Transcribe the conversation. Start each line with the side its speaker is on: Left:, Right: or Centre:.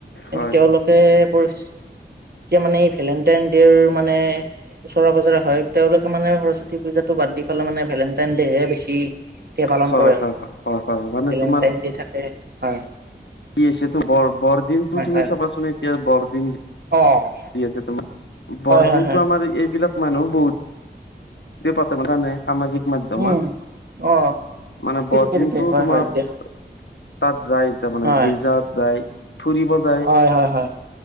Right: এই
Left: হয়
Right: তেওঁলোকে পৰিস্থিতিয়ে মানে এই ভেলেণ্টাইন ডে'ৰ মানে ওচৰৰে পাজজৰে হয়। তেওঁলোকে মানে সৰস্বতী পূজাতটো বাদ দি সেইফালে মানে ভেলেণ্টাইন ডে হে বেছিকৈ পালন
Left: হয়
Right: কৰে।
Left: হয় হয় হয় মানে
Right: ভেলেণ্টাইন
Left: তোমাৰ
Right: ডে থাকে। হয়
Left: কি আহিছে তোৰ বৰ বৰদিনটো
Right: হয়
Left: তুমি
Right: হয়
Left: চাবাচোন এতিয়া বৰদিন
Right: অ',
Left: দি আছে তোমাৰ বৰদিনতো
Right: হয় হয় হয়,
Left: আমাৰ এইবিলাক মানুহ বহুত তুমি পাটা পোৱা নাই সামাজিক মাধ্যম।
Right: উম অ',
Left: মানে
Right: ঠিকে
Left: বৰদিনটো
Right: ঠিকে ঠিকে হয়
Left: তোমাৰ
Right: হয় দে
Left: তাত যায় তাৰমানে
Right: হয়
Left: গীৰ্জাত যায়। ফুৰিব যায়
Right: হয় হয় হয়।